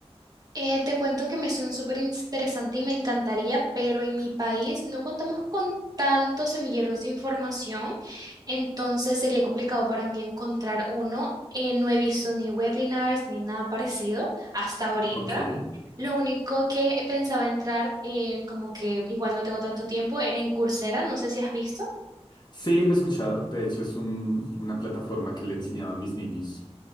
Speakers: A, on the right (about 35°); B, on the left (about 40°).
A: Eh, te cuento que me suena súper interesante y me encantaría, pero en mi país no contamos con tantos semilleros de información, entonces sería complicado para mí encontrar uno. Eh, no he visto ni webinars ni nada parecido hasta ahorita.
B: Ok.
A: Lo único que pensaba entrar, eh, como que igual no tengo tanto tiempo, era en Coursera, no sé si has visto.
B: Sí, lo he escuchado. De hecho, es un- una plataforma que le enseñaba a mis niños.